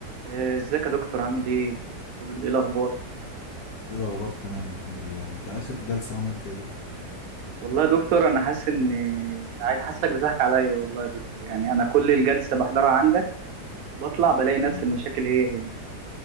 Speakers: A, on the right (about 65°); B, on the left (about 70°).
A: إيه، ازيك يا دكتور عامل ايه؟ قول- ايه الاخبار؟
B: ايه الاخبار تمام الحمد لله انت اخر جلسة عملت ايه
A: والله يا دكتور انا حاسس ان عاي- حاسسك بتضحك عليا والله يا دكتور يعني انا كل الجلسه بحضرها عندك بطلع بلاقي نفس
B: مم.
A: المشاكل هي هي